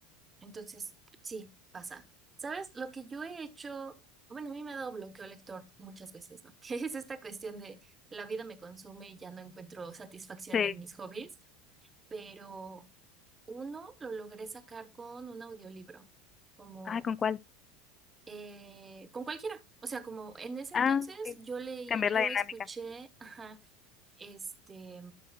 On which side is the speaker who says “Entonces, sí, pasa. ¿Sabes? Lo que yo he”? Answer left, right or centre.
Right